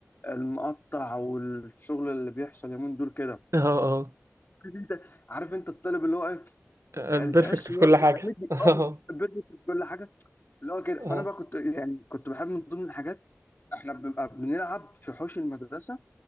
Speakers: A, on the left (about 40°); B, on the right (about 70°).
A: المقطع والشغل اللي بيحصل يومين دول كده
B: اه
A: عارف انت عارف انت الطالب اللي هو ايه
B: اه بيرفكت
A: اللي تحس ان
B: في
A: هو
B: كل حاجة
A: مدي-
B: <laughs> اه
A: اه، بيرفكت في كل حاجه اللي هو كده
B: اه
A: فانا بقى كنت يعني كنت بحب من ضمن الحاجات احنا بنبقى بنلعب في حوش المدرسه